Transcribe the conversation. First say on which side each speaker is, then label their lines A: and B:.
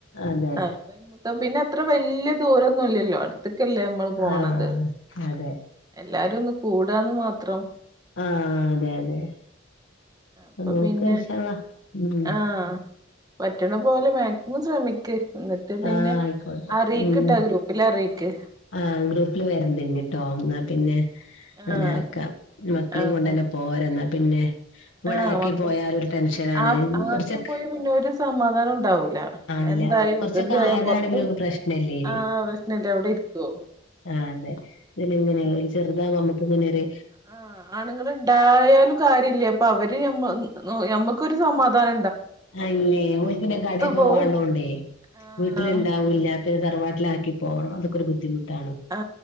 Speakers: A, on the left; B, on the right.
A: അതെ
B: അപ്പ പിന്നെ അത്ര വല്യ ദൂരൊന്നുല്ലല്ലോ അട്ത്ത്ക്കല്ലേ മ്മള് പോണത്
A: ആ അതെ
B: എല്ലാരു ഒന്ന് കൂടാന്ന് മാത്രം
A: ആ അതെ അതെ
B: അപ്പൊ
A: നോക്ക
B: പിന്നെ
A: ഇൻഷാ അള്ളാ ഉം
B: ആഹ് പറ്റ്ണ പോലെ മാക്സിമം ശ്രമിക്ക് ന്നട്ട് പിന്നെ
A: ആ ആയിക്കോട്ടെ
B: അറീക്ക്‌ട്ട
A: ഉം
B: ഗ്രൂപ്പില് അറീക്ക്
A: ആ ഗ്രൂപ്പില് വര്ന്റ്ഞ്ട്ടോ ന്നാ പിന്നെ അങ്ങനെ
B: ആഹ്
A: ആക്കാ മക്കളീം
B: ആഹ്
A: കൊണ്ട പോര ന്നാ പിന്നെ ഇവടെ
B: ആഹ്
A: ആക്കി
B: ഒക്കെ
A: പോയാലൊരു ടെൻഷനാണ്
B: ആ ആക്കി
A: കൊർച്ചൊക്കെ
B: പോയി പിന്നെ ഒരു സമാധാനം ഉണ്ടാവൂ ലാ
A: ഇല്ല
B: എന്തായി
A: കുറച്ചൊക്കെ
B: വികൃതിയായ
A: ആയതാണ്
B: പൊർത്തു
A: പിന്നെ പ്രശ്നല്ലേനി
B: ആ പ്രശ്നല്ല അവടെ ഇരിക്കു
A: ആ അതെ <unintelligible> ചെർതായ അമ്മക്കുന്നന്നെര്
B: ആ ആണുങ്ങള് ഇണ്ടായാലും കാര്യല്ല അപ്പൊ അവര് ഞമ്മ ഞമ്മക്കൊരു സമാധാന
A: അല്ലേ ഓര്ക്ക് പിന്ന കടേ പോവാള്ളോണ്ടേ
B: പോവും ആഹ്
A: വീട്ടില് ഇണ്ടാവില്ല പിന്ന തറവാട്ടിലാക്കി പോണം അതൊക്കൊരു ബുദ്ധിമുട്ടാണ്
B: ആ